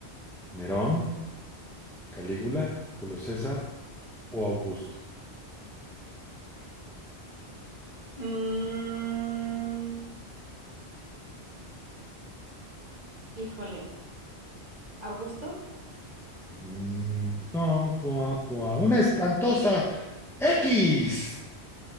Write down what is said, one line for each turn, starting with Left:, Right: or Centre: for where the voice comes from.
Centre: ¿Nerón, Calígula, Julio César o Augusto?
Right: Mm, híjole, ¿Augusto?
Centre: Mm, no, pua, pua. Una espantosa X.